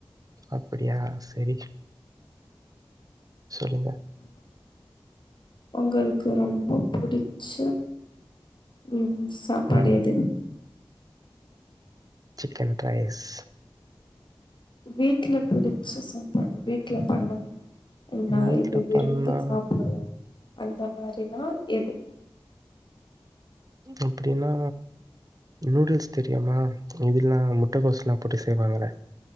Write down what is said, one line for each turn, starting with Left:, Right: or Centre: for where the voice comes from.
Right: அப்டியா செரி சொல்லுங்க
Left: ம் உங்களுக்கு ரொம்ப புடிச்ச ம் சாப்பாடு
Right: ம்.
Left: எது
Right: சிக்கன் ரைஸ்
Left: வீட்ல புடிச்ச சாப்பாடு வீட்ல பண்வாங்க ஒரு மாரி
Right: வீட்ல
Left: விரும்பி
Right: பண்ணா
Left: சாப்பிடுவ அந்த மாரினா எது
Right: அப்டின்னா நூடுல்ஸ் தெரியுமா இதெல்லாம் முட்டகோஸ் லாம் போட்டு செய்வாங்கள